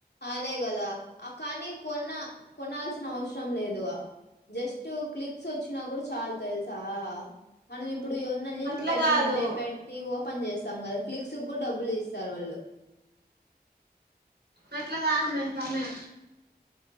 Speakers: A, on the left; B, on the right.
A: అదే కదా కానీ కొన్నా కొనాల్సిన అవసరం లేదు జస్ట్ క్లిక్స్ వచ్చినా కూడా చాలు తెలుసా మనం ఇప్ ఇప్పుడు ఏవరన్నా లింక్
B: అట్లా
A: పెట్టమంటే
B: కాదు
A: పెట్టి ఓపెన్ చేస్ స్తాం కదా క్లిక్స్ కూడా డబ్బులు ఇస్తారు వాళ్ళు
B: అట్ల కాదుమే సామే